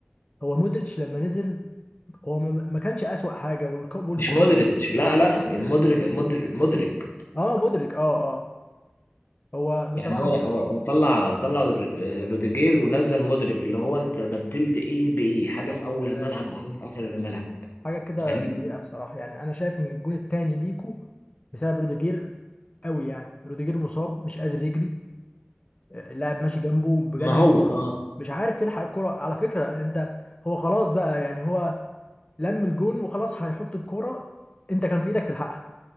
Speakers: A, on the left (about 30°); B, on the left (about 60°).
A: هو مودريتش لما نزل هو ما ما كانش أسوأ حاجة والك- والكرة
B: مش مودريتش لا لا المدرك مدرك مدرك
A: اه مدرك اه اه هو بصراحة
B: يعني هو
A: بص
B: هو هو طلع طلع ر- روديجير ونزل مدرك اللي هو انت بدلت ايه بايه حاجه في اول
A: آه
B: الملعب بحاجه في اخر الملعب
A: حاجة كده
B: غريب
A: سيئة بصراحة يعني أنا شايف إن الجون التاني ليكو بسبب روديجير قوي يعني روديجير مصاب مش قادر يجري آه، اللاعب ماشي جنبه بجد
B: ما هو
A: مش
B: اه
A: مش عارف يلحق الكرة على فكرة أنت هو خلاص بقى يعني هو لم الجون وخلاص هيحط الكرة أنت كان في إيدك تلحقها